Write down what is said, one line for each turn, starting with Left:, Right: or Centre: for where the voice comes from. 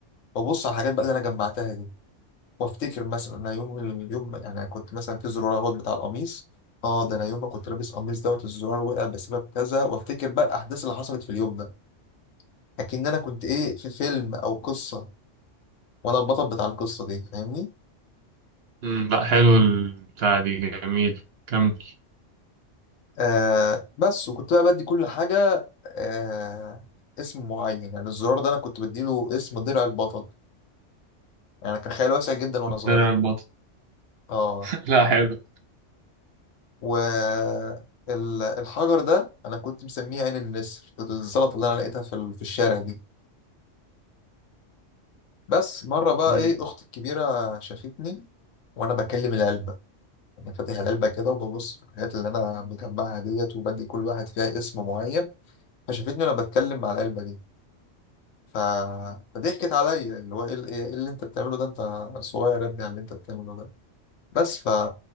Left: وابص على الحاجات بقى اللي انا جمعتها دي وافتكر مثلا انا يوم اليوم انا كنت مثلا في زرار اهوت بتاع القميص اه ده انا يوم ما كنت لابس قميص دوت الزرار وقع بسبب كذا وافتكر بقى الاحداث اللي حصلت في اليوم ده اكن انا كنت ايه في فيلم او قصه وانا البطل بتاع القصه دي فاهمني
Right: مم، لا حلو البتاع دي جميل كمل
Left: آه بس وكنت بقى بدي كل حاجه آه اسم معين يعني الزرار ده انا كنت بديله اسم درع البطل يعني كان خيال واسع جدا وانا صغير
Right: درع البطل
Left: اه
Right: <laughs> لا حلو
Left: و ال- الحجر ده انا كنت مسميه عين النسر الزلطه اللي انا لقيتها في ال- في الشارع دي بس مرة بقى
Right: مم.
Left: ايه اختي الكبيرة شافتني وانا بكلم العلبة يعني فاتح العلبة كده وببص في الحاجات اللي انا مجمعها ديت وبدي كل واحد فيها اسم معين فشافتني وانا بتكلم مع العلبة دي ف... فضحكت عليا اللي هو ايه ال- إيه اللي انت بتعمله ده انت صغير يا ابني على اللي انت بتعمله ده بس ف